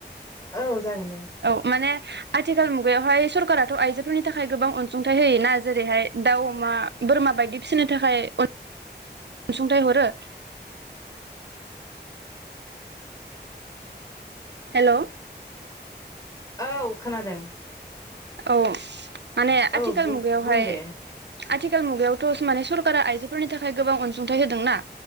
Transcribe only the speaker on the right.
औ माने आथिखाल मुगायावहाय सरकाराथ' आइजोफोरनि थाखाय गोबां अनसुंथाइ होयोना जेरैहाय दाउ अमा बोरमा बायदि फिसिनो थाखाय अन सुंथाइ हरो हेल'
औ माने
आथिखाल
मुगायावहाय
आथिखाल मुगायावथ' माने सरकारा आइजोफोरनि थाखाय गोबां अनसुंथाइ होदोंना